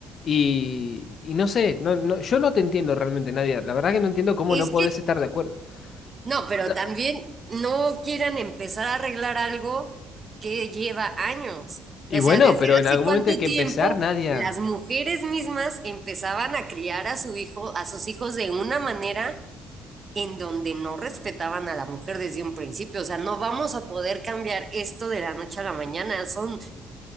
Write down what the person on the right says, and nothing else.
Es
que,
no, pero
también no quieran empezar a arreglar algo que lleva años.
O
sea, desde
hace
cuánto
tiempo
las mujeres mismas empezaban a criar a su hijo, a sus hijos de una manera en donde no respetaban a la mujer desde un principio. O sea, no vamos a poder cambiar esto de la noche a la mañana. Son